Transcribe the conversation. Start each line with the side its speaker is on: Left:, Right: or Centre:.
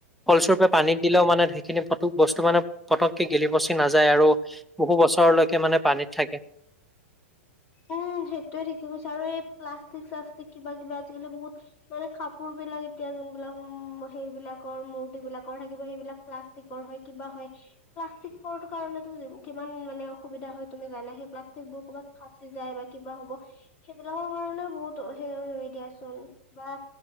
Centre: ফলস্বৰূপে পানীত দিলেও মানে সেইখিনি ফটো বস্তু মানে- পটককে গেলি পচি নাযায় আৰু বহু বছৰলৈকে মানে পানীত থাকে।
Left: উমঁ' সেইটোয়ে ঠিকে কৈছে আৰু এই প্লাষ্টিক শ্লাষ্টিক কিবাকিবি আজিকালি বহুত- মানে কাপোৰ বিলাক এতিয়া যোনবিলাক উম, সেইবলাকৰ মূৰ্তি বিলাকৰ থাকিব। সেইবিলাক- প্লাষ্টিকৰ হয়, কিবা হয়, প্লাষ্টিক ৰটো কাৰণেটো কিমান মানে অসুবিধা হয় তুমি জানাই, সেই প্লাষ্টিক বোৰ ক'ৰবাত ফাচি যায় বা কিবা হ'ব- সেইবিলাকৰ কাৰণে বহুত সে হৈ দিয়াচোন বা-